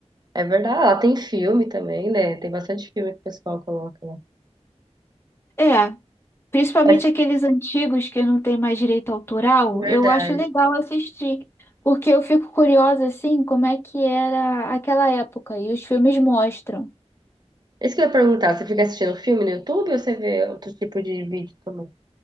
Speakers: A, on the right; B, on the left.
A: é verdade. Lá tem filme também, né? Tem bastante filme que o pessoal coloca lá.
B: É, principalmente
A: É
B: aqueles antigos que não tem mais direito autoral,
A: verdade.
B: eu acho legal assistir, porque eu fico curiosa, assim, como é que era aquela época, e os filmes mostram.
A: Isso que eu ia perguntar, você fica assistindo filme no YouTube ou você vê outro tipo de vídeo também?